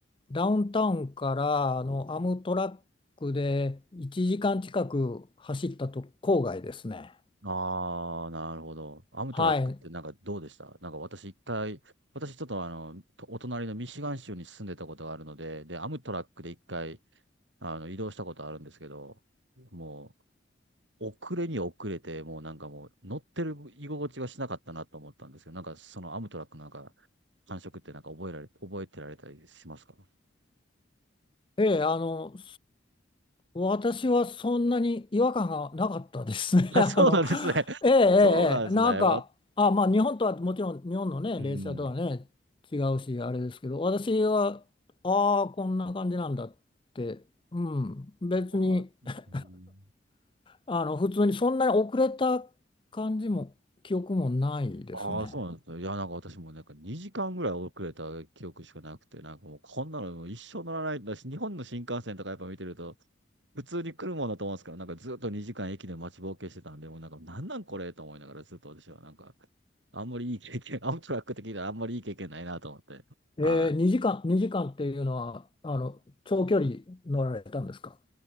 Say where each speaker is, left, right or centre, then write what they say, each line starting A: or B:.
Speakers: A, on the left; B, on the right.
A: ダウンタウンからあのアムトラックで1時間近く走ったと郊外ですね。
B: ああ、なるほど。アムトラックってなんかどうでしたなんか私一回、
A: はい。
B: 私ちょっとあの、お隣のミシガン州に住んでたことがあるので、で、アムトラックで一回、あの、移動したことあるんですけど、もう、遅れに遅れて、もうなんかもう乗ってる居心地がしなかったなと思ったんですけど、なんかそのアムトラックなんか感触ってなんか覚えられ、覚えてられたりしますか
A: ええ、あの、私はそんなに違和感がなかったですね。
B: あ、
A: <laughs> あの、
B: そうなんですね。<laughs>
A: ええ、ええ、
B: そうなんですね。
A: ええなんか、
B: わ
A: あ、まあ、日本とはもちろん、日本のね、
B: うん。
A: 列車とはね、違うし、あれですけど、私は、ああ、こんな感じなんだって、うん、別に
B: あ、
A: <laughs>
B: うん
A: あの、普通にそんなに遅れた感じも、記憶もないですね。
B: ああ、そうなんですね。いや、なんか私もなんか2時間ぐらい遅れた記憶しかなくて、なんかもうこんなのもう一生乗らないんだし、日本の新幹線とかやっぱ見てると、普通に来るもんだと思うんですけど、なんかずっと2時間駅で待ちぼうけしてたんで、もうなんかなんなんこれと思いながらずっと私はなんか、あんまりいい経験、<laughs> アムトラックって聞いたらあんまりいい経験ないなと思って。
A: ええ、
B: はい。
A: 2時間、2時間っていうのは、あの、長距離乗られたんですか